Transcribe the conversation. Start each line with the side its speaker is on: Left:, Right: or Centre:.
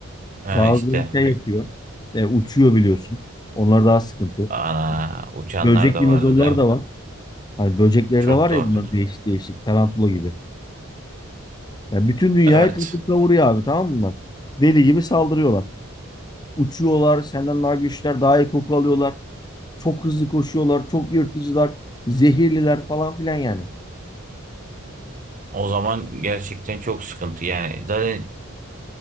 Right: Ha
Left: Bazıları
Right: işte
Left: şey
Right: y-
Left: yapıyor. e, uçuyor biliyorsun. Onlar daha sıkıntı.
Right: ana uçanlar
Left: Böcek
Right: da
Left: dinozorlar
Right: vardı da.
Left: da var. Hani böcekleri
Right: Çok
Left: de var
Right: doğru.
Left: ya bunlar değişik değişik. Tarantula gibi. Ya bütün dünyayı
Right: Evet.
Left: kasıp kavuruyor abi tamam mı bunlar? Deli gibi saldırıyorlar. Uçuyorlar. Senden daha güçlüler. Daha iyi koku alıyorlar. Çok hızlı koşuyorlar. Çok yırtıcılar. Zehirliler falan filan yani.
Right: O zaman gerçekten çok sıkıntı. Yani zaten